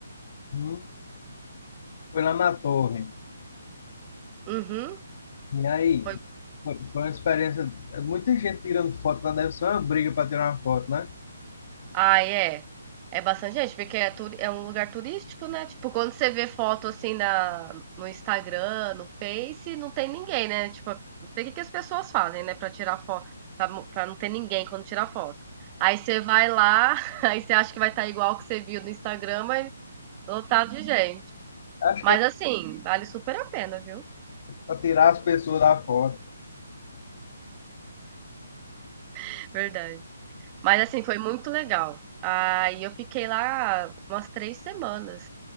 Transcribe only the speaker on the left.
hum, foi lá na Torre.
E aí,
foi foi uma experiência. é Muita gente tirando foto lá, deve ser uma briga para tirar uma foto, né?
Acho
que é
para tirar as pessoas da foto.